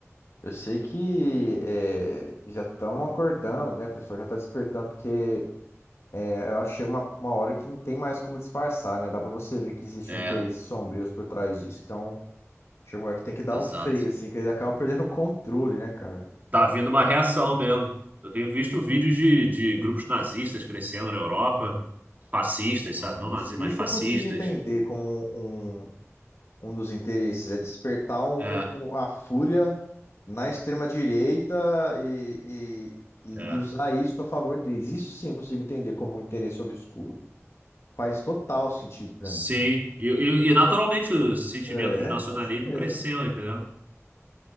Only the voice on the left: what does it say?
Eu sei que é, já estão acordando, né, O pessoal? Já tá despertando, porque é, eu acho que chega uma, uma hora que não tem mais como disfarçar, né? Dá pra você ver que existem
interesses sombrios por trás disso. Então, chega uma hora que tem que dar
um freio, assim, que eles acabam perdendo o controle, né, cara?
Ah,
isso,
isso
eu consigo entender como um, um dos interesses, é despertar um-
um- um- a fúria na extrema-direita e, e- e-
e usar isso a favor deles. Isso sim eu consigo entender como um interesse obscuro. Faz total sentido pra
mim.
É,
com certeza.